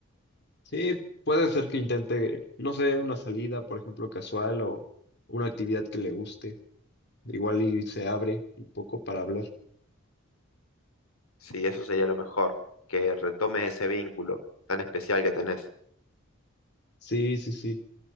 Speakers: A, on the left; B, on the left.
A: Sí, puede ser que intente, no sé, una salida, por ejemplo, casual o una actividad que le guste. Igual y se abre un poco para hablar.
B: Sí, eso sería lo mejor, que retomes ese vínculo tan especial que tenés.
A: Sí, sí, sí.